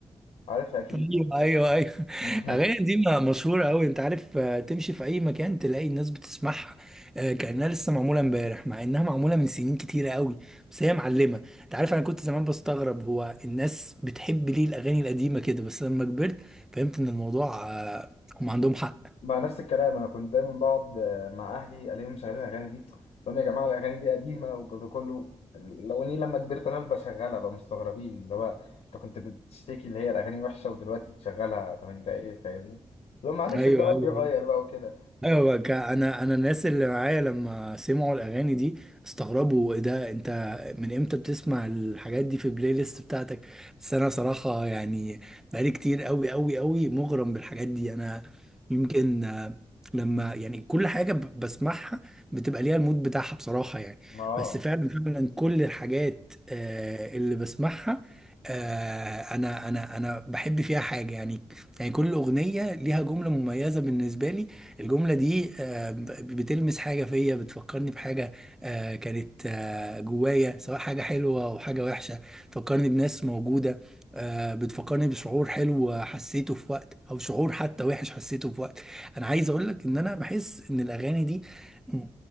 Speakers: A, on the left (about 75°); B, in the centre.
A: عارفها اكيد
B: ايوه ايوه ايوه
A: <laughs>
B: الاغاني دي م- مشهوره قوي انت عارف آه، تمشي في اي مكان تلاقي الناس بتسمعها آه، كانها لسه معموله امبارح مع انها معموله من سنين كتيره قوي بس هي معلمه انت عارف انا كنت زمان بستغرب هو الناس بتحب ليه الاغاني القديمه كده بس لما كبرت فهمت ان الموضوع آه، هم عندهم حق
A: مع نفس الكلام انا كنت دايما بقعد آه، مع اهلي الاقيهم مشغلين الاغاني دي طب يا جماعه الاغاني دي قديمه والجو ده كله الاغاني لما كبرت انا بشغلها بقى مستغربين اللي هو انت كنت بتشتكي اللي هي الاغاني وحشه ودلوقتي بتشغلها طب انت ايه فاهمني لو معلش
B: ايوه
A: الزمن
B: ايوه
A: بيغير بقى وكده
B: ايوه بقى كا- انا انا الناس اللي معايا لما سمعوا الاغاني دي استغربوا ايه ده انت من امتى بتسمع الحاجات دي في البلاي ليست بتاعتك بس انا صراحه يعني بقالي كتير قوي قوي قوي مغرم بالحاجات دي انا يمكن آه، لما يعني كل حاجه ب- بسمعها بتبقى ليها المود بتاعها بصراحه يعني
A: ما اه
B: بس فعلا فعلا كل الحاجات آه، اللي بسمعها آه، انا انا انا بحب فيها حاجه يعني يعني كل اغنيه ليها جمله مميزه بالنسبه لي الجملة دي آه، ب- بتلمس حاجة فيا بتفكرني بحاجة آه، كانت آه، جوايا سواء حاجة حلوة أو حاجة وحشة بتفكرني بناس موجودة آه، بتفكرني بشعور حلو حسيته في وقت أو شعور حتى وحش حسيته في وقت أنا عايز أقول لك إن أنا بحس إن الأغاني دي م-